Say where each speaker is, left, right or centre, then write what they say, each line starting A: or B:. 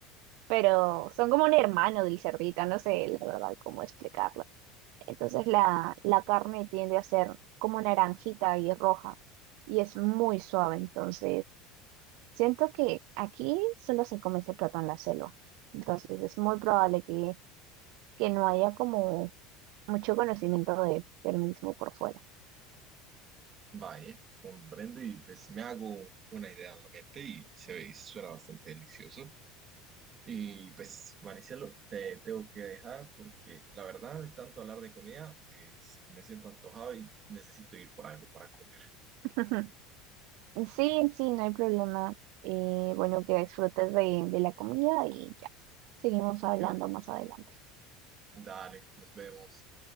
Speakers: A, on the right (about 60°); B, on the right (about 25°).
A: pero son como un hermano del cerdito, no sé la verdad cómo explicarlo. Entonces la, la carne tiende a ser como naranjita y roja y es muy suave, entonces siento que aquí solo se come ese plato en la selva. Entonces es muy probable que, que no haya como mucho conocimiento de, del mismo por fuera.
B: Vaya, comprendo y pues me hago una idea en la mente y se ve y suena bastante delicioso. Y pues, Maricelo, te tengo que dejar porque la verdad, de tanto hablar de comida, eh, me siento antojado y necesito ir por algo para comer.
A: <laughs> Sí, sí, no hay problema. Eh, bueno, que disfrutes de, de la comida y ya. Seguimos hablando
B: Mira,
A: más adelante.
B: dale, nos vemos.